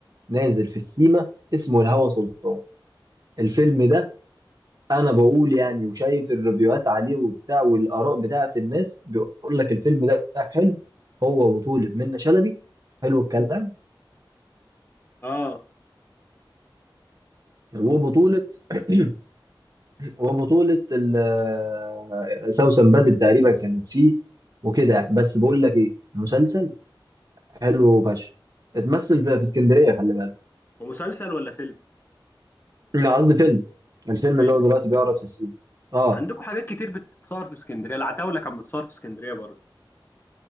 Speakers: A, on the right; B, on the left.
A: نازل في السيما اسمه الهوى سلطان الفيلم ده انا بقول يعني وشايف الريفيوهات عليه وبتاع والاراء بتاعه الناس بيقول لك الفيلم ده حلو هو بطولة منة شلبي حلو الكلام
B: اه
A: وبطولة <clears throat> وبطولة ال- سوسن بدر تقريبا كانت فيه وكده يعني. بس بقول لك ايه مسلسل حلو فشخ اتمثل في في اسكندريه خلي بالك
B: ومسلسل ولا فيلم
A: لا قصدي فيلم الفيلم
B: فيلم
A: اللي هو دلوقتي بيعرض في السينما اه
B: عندكم حاجات كتير بتتصور في اسكندرية العتاولة كان بتصور في اسكندرية برضه